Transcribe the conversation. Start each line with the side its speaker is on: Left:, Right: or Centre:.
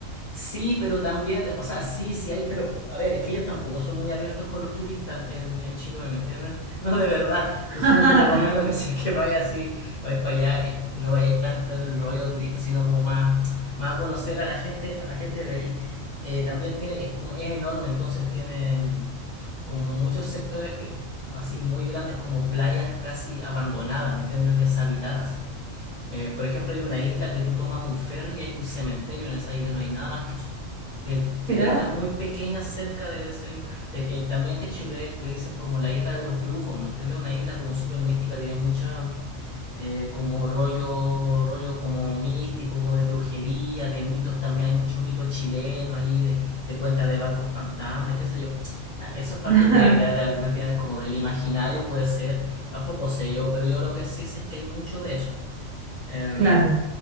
Left: sí, pero también, o sea, sí, sí hay, pero a ver, es que ellos tampoco son muy abiertos con los turistas en, en Chiloé, ¿me entiendes? <laughs> No, de verdad. Entonces
Right: <laughs>
Left: yo te recomiendo que <laughs> si es que vayas así, vais para allá, es- no vayáis tanto en el rollo turista, sino como más, más a conocer a la gente, a la gente de ahí. Eh, también tiene, es como, es enorme, entonces tiene mm, como muchos sectores que así muy grandes como playas casi abandonadas, ¿me entiendes? Deshabitadas. Eh, por ejemplo, hay una isla que tú tomas un ferry y hay un cementerio en esa isla, no hay nada más que eso. Eh, tiene
Right: Mirá,
Left: islas muy pequeñas cerca de, de ese mismo. de- eh, también que Chile le dicen como la isla de los brujos, ¿me entiendes? Una isla como súper mística, tiene mucha. eh, como rollo, rollo como místico, como de brujería, de mitos también. Hay muchos mitos chilenos ahí, de, de cuentas de barcos fantasmas, qué sé yo. Ah, Eso es parte
Right: <laughs>
Left: de, de- de- ¿me entiendes? Como del imaginario puede ser, tampoco sé yo, pero yo lo que sí sé es que hay mucho de eso. Eh,
Right: claro,